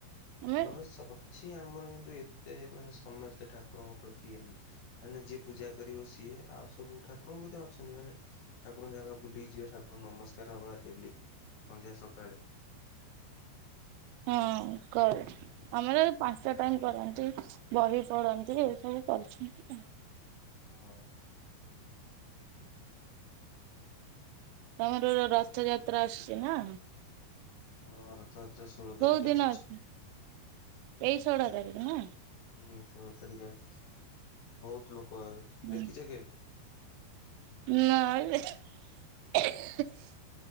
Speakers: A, on the right (about 80°); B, on the left (about 90°).
A: ଆମେ
B: ଆମର ସ ଅଛି ଆମର କିନ୍ତୁ ଏତେ ମାନେ ସମସ୍ତେ ଠାକୁରଙ୍କ ପ୍ରତି ଇଏ ନୁହନ୍ତି। ମାନେ ଯିଏ ପୂଜା କରିବ ସିଏ ଆଉ ସବୁ ଠାକୁର ପ୍ରତି ଅଛନ୍ତି ମାନେ ଠାକୁର ଯାକା ବୁଲିକି ଯିବେ ଠାକୁର ନମସ୍କାର ହବା ଡେଲି ସନ୍ଧ୍ୟା ସକାଳେ।
A: ହଁ କରେ। ଆମର ପାଞ୍ଚଟା ଟାଇମ କରନ୍ତି ବହି ପଢନ୍ତି ଏ ସବୁ କରୁଚନ୍ତି ଆଉ।
B: ହଁ।
A: ତମର ରଥଯାତ୍ରା ଆସୁଚି ନା।
B: ହଁ ରଥଯାତ୍ରା ଷୋଳ ତାରିଖ
A: କୋଉ ଦିନ
B: ଆସୁଚି।
A: ଅଛି ଏଇ ଷୋହଳ ତାରିଖ ନା?
B: ହୁଁ ଷୋଳ ତାରିଖ ଆସୁଚି ବହୁତ ଲୋକ ହେବେ
A: ହୁଁ।
B: ଦେଖିଚ କେବେ?
A: <unintelligible>